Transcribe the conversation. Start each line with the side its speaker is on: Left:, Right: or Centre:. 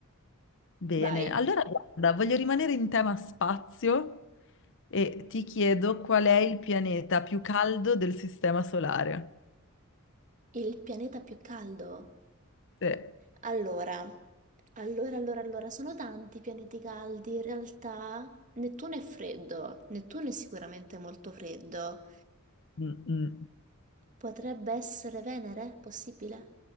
Left: Bene,
Right: <laughs> Vai,
Left: allora guarda, voglio rimanere in tema spazio e ti chiedo qual è il pianeta più caldo del sistema solare.
Right: il pianeta più caldo.
Left: Sì.
Right: Allora, allora, allora, allora, sono tanti i pianeti caldi, in realtà Nettuno è freddo, Nettuno è sicuramente molto freddo.
Left: Mm, mm.
Right: Potrebbe essere Venere? Possibile?